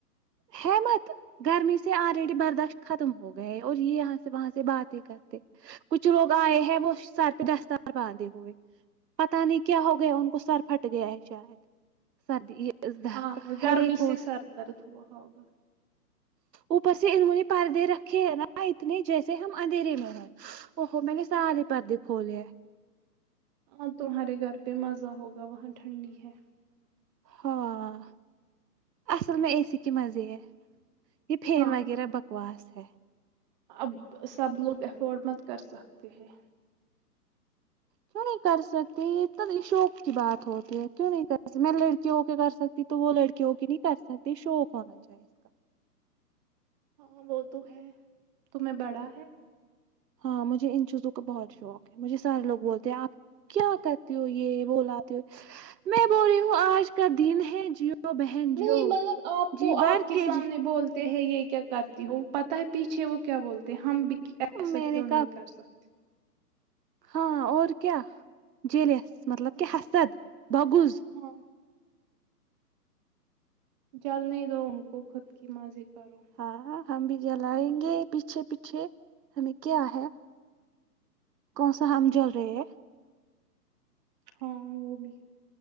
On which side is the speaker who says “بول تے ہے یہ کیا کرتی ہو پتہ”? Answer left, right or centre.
Right